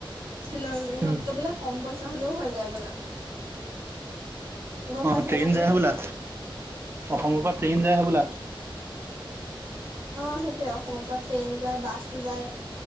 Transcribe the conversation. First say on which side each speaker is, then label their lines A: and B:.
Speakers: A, on the right; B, on the right.
A: তিনলি শতক
B: উম।
A: বোলে কম বইচা হলেও হৈ যায় বোলে। গম
B: অ',
A: পাইছা
B: ট্ৰেইন
A: নে তুমি?
B: যায় হ'বলা, অসমৰ পৰা ট্ৰেইন যায়হে হবলা।
A: অ, সেইটয়ে অসমৰ পৰা ট্ৰেইন যায় বাছো যায়।